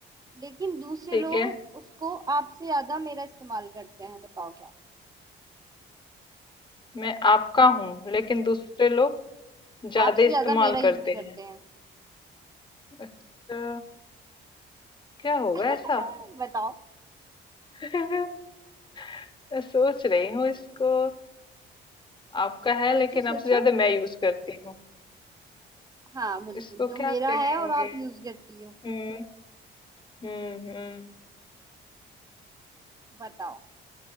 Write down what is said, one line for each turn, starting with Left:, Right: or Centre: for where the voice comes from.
Right: लेकिन दूसरे
Left: ठीक
Right: लोग
Left: है
Right: उसको आपसे ज्यादा मेरा इस्तेमाल करते हैं बताओ क्या
Left: मैं आपका हूँ लेकिन दूसरे लोग ज्यादा
Right: आपसे
Left: इस्तेमाल
Right: ज्यादा मेरा यूज
Left: करते
Right: करते
Left: हैं
Right: हैं
Left: अच्छा क्या होगा
Right: <laughs>
Left: ऐसा
Right: बताओ
Left: <laughs> मैं सोच रही हूँ इसको आपका है
Right: सोचो
Left: लेकिन
Right: सोचो
Left: आपसे ज्यादा मैं यूज करती हूँ
Right: हाँ बिल्कुल
Left: इसको
Right: जो मेरा
Left: क्या कहेंगे
Right: है और आप यूज करती हो
Left: हम्म हम्म हम्म
Right: बताओ